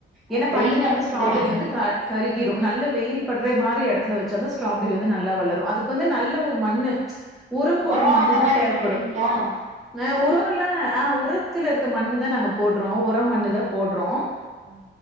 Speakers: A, on the right; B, in the centre.
A: ஓ
B: ஏன்னா
A: வெயில்
B: பனியா
A: காலத்துலதா
B: இருந்தா ஸ்ட்ராபெரி
A: வளருமா
B: வந்து கா கருகீறு நல்ல வெயில் பட்ற மாரி எடத்துல வச்சாதா ஸ்ட்ராபெரி வந்து நல்லா வளரு அதுக்கு வந்து நல்ல ஒரு மண்ணு உரம் போடுற
A: ஒரோ
B: மண்ணு
A: அந்த
B: தா
A: மாரி
B: தேவப்படு
A: போடுவீங்களா
B: ஆ உரோல்லா ஆ உர த்துல இருக்க மண்ணு தா நாங்க போடுறோ உரோ மண்ணு தா போடுறோ
A: ஆ